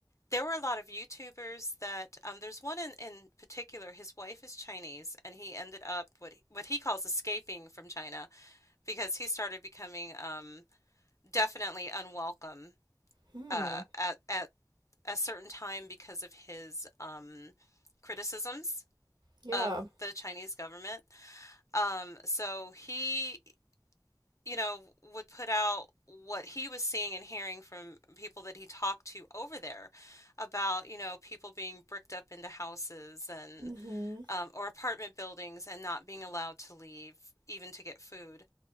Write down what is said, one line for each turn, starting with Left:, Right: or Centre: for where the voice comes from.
Left: There were a lot of YouTubers that um, there's one in, in particular. His wife is Chinese, and he ended up what he, what he calls escaping from China because he started becoming um, definitely unwelcome
Right: Hmm.
Left: uh, at at a certain time because of his um, criticisms
Right: Yeah.
Left: of the Chinese government. Um, so he you know, would put out what he was seeing and hearing from people that he talked to over there about, you know, people being bricked up into houses and
Right: Mm-hmm.
Left: um, or apartment buildings and not being allowed to leave even to get food.